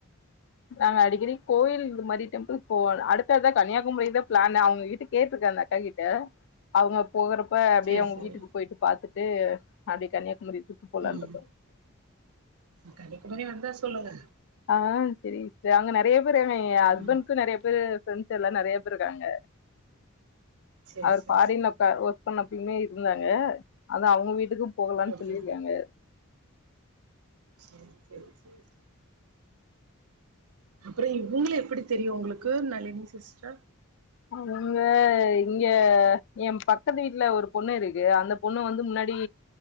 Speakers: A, on the left; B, on the right.
A: நாங்க அடிக்கடி கோவில் இந்த மாரி டெம்பிள்ஸ் போவோ அடுத்ததா கன்னியாகுமரிக்கு தா பிளானு அவ்ங்க கிட்ட கேட்ருக் கு அந்த அக்கா கிட்ட அவ்ங்க போகறப் ப்ப அப்டியே
B: சேரி
A: அவ்ங்க
B: சேரி
A: வீட்டுக்கு போயிட்டு பாத்துட்டு அப்டியே கன்னியாகுமரி ட்ரிப் போலான்னு
B: ம்
A: இருக்கோ
B: ம் கன்னியாகுமரி வந்தா சொல்லுங்க
A: ஆ செரி ஏ அங்க நெறைய பேரு என்ன எ ஹஸ்பண்ட்க்கு
B: ம்
A: நெறைய பேரு ஃப்ரெண் ஸெல்லா நெறைய பேரு இருக்காங்க
B: சேரி
A: அவரு
B: சேரி
A: ஃபாரின்லப்ப
B: சேரி
A: ஓ பண்ணப்பயுமே இருந்தாங்க அதா அவ்ங்க வீட்டுக்கு போகலானு
B: ஓகே
A: சொல்லிருக்காங்க
B: சேரி சேரி சேரி அப்றோ இவுங்கள எப்டி தெரியு ஒங்களுக்கு நளினி சிஸ்ட்ர
A: அவுங்க இங்கெ எம் பக்கத்து வீட்ல ஒரு பொண்ணு இருக்கு அந்த பொண்ணு வந்து முன்னா டி